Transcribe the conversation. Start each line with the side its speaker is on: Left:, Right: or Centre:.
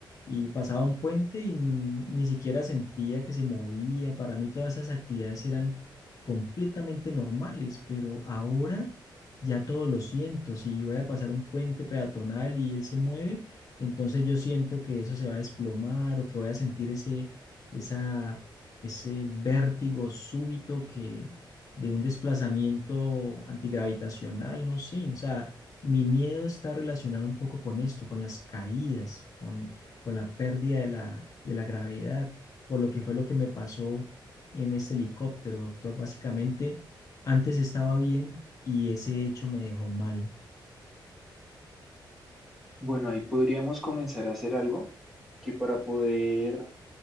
Left: y pasaba un puente y n- ni siquiera sentía que se movía, para mí todas esas actividades eran completamente normales, pero ahora ya todo lo siento, si voy a pasar un puente peatonal y él se mueve, entonces yo siento que eso se va a desplomar o que voy a sentir ese, esa ese vértigo súbito que de un desplazamiento antigravitacional, no sé, o sea, mi miedo está relacionado un poco con esto, con las caídas, con, con la pérdida de la, de la gravedad, por lo que fue lo que me pasó en este helicóptero, doctor. Básicamente, antes estaba bien y ese hecho me dejó mal.
Centre: Bueno, ahí podríamos comenzar a hacer algo que para poder